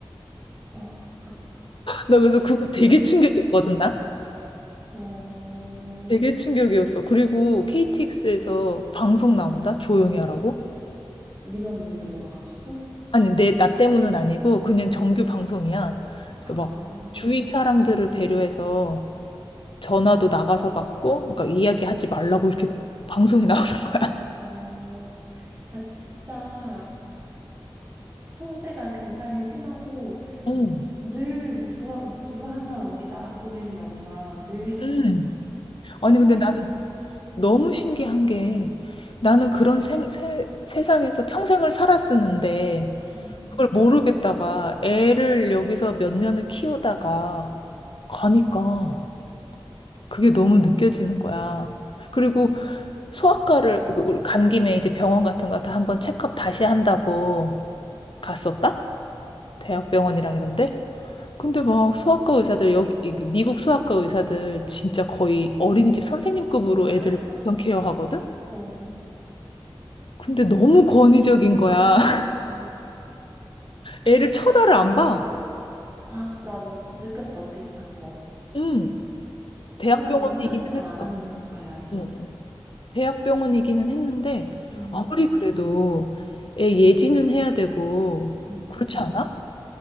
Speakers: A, on the right; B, on the left.
A: 어,
B: 나 그래서
A: 어,
B: 그거 되게 충격이었거든, 나.
A: 어,
B: 되게 충격이었어. 그리고 KTX에서 방송 나온다? 조용히 하라고?
A: 민원 들어가가지고.
B: 아니, 내, 나 때문은 아니고 그냥 정규 방송이야. 그래서
A: 아,
B: 막 주위 사람들을 배려해서 전화도 나가서 받고, 그러니까 이야기하지 말라고 이렇게 방송이 <laughs> 나오는 거야.
A: 어, 나 진짜 통제가 굉장히 심하고
B: 음.
A: 늘 누구 누구 하나 어디 나락 보낼 일 없나 늘
B: 음.
A: <laughs>
B: 아니,
A: 쏘사되고
B: 근데 나는
A: 있는 그,
B: 너무 신기한 게 나는 그런 생, 세, 세상에서 평생을 살았었는데
A: 음.
B: 그걸 모르겠다가 애를 여기서 몇 년을 키우다가 가니까 그게 너무 느껴지는 거야. 그리고 소아과를 그- 간 김에 이제 병원 같은 거 다 한번 체크업 다시 한다고 갔었다? 대학병원이랑 이런데? 근데 막 소아과 의사들, 여기, 이- 미국 소아과 의사들 진짜 거의 어린이집 선생님급으로
A: 아,
B: 애들 엄청 케어하거든?
A: 어,
B: 근데 너무 권위적인 거야. <laughs>
A: 어.
B: 애를 쳐다를 안 봐.
A: 아, 나도 느꼈어 비슷한 거.
B: 응. 대학병원이기는
A: 우리나라 눈 마주친 잘
B: 했어.
A: 안 하는 국가야, 진짜.
B: 응. 응. 대학병원이기는 했는데,
A: 음,
B: 아무리 그래도 애 예지는 해야 되고,
A: 음,
B: 그렇지 않아?